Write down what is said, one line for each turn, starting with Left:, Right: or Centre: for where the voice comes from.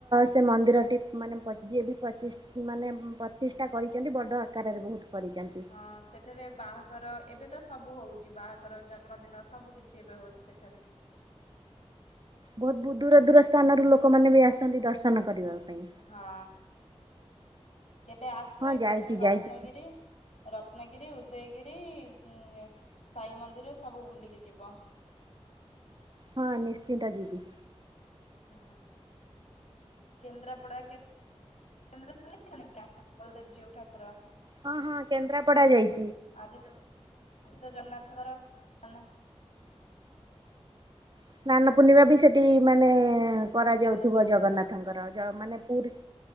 Right: ସେ ମନ୍ଦିରଟି। ମାନେ ପ ଯିଏ ବି ପଚିଶ୍ ମା ନେ ପ୍ରତିଷ୍ଠା କରିଚନ୍ତି ବଡ ଆକାରରେ ବହୁତ କରିଚନ୍ତି।
Left: ହଁ ସେଠାରେ ବାହାଘର ଏବେ ତ ସବୁ ହୋଉଚି ବାହାଘର, ଜନ୍ମଦିନ ସବୁ କିଛି ଏବେ ହୋଉଚି ସେଠାରେ।
Right: ବୋହୁତ ବେହୁତ ଦୂର ଦୂର ସ୍ଥାନରୁ ଲୋକମାନେ ବି ଆସନ୍ତି ଦର୍ଶନ କରିବା ପାଇଁ।
Left: ହଁ କେବେ ଆସ
Right: ହଁ
Left: ଏକାଥରେ
Right: ଯାଇଛି
Left: ରତ୍ନଗିରି
Right: ଯାଇଛି
Left: ରତ୍ନଗିରି, ଉଦୟଗିରି ଉଁ ଆ ସାଇ ମନ୍ଦିର ସବୁ ବୁଲିକି ଯିବ।
Right: ହଁ ନିଶ୍ଚିନ୍ତ ଯିବି।
Left: ହଁ ହଁ। କେନ୍ଦ୍ରାପଡ଼ା କେ <unintelligible> ଦେଖିଚନ୍ତି ନା? ବଲଦେବଜିଉ ଠାକୁର।
Right: ହଁ ହଁ କେନ୍ଦ୍ରାପଡା ଯାଇ
Left: ଆଜି ତ ଆଜି ତ ଜନ୍ନାଥଙ୍କର ସ୍ଥାନ
Right: ସ୍ନାନ ପୂର୍ଣ୍ଣିମା ବି ସେଟି ମାନେ କରାଯାଉଥିବ
Left: ଭଲସେ ହଉଥିବ
Right: ଜଗନ୍ନାଥଙ୍କର ଯ ମାନେ ପୁରୀ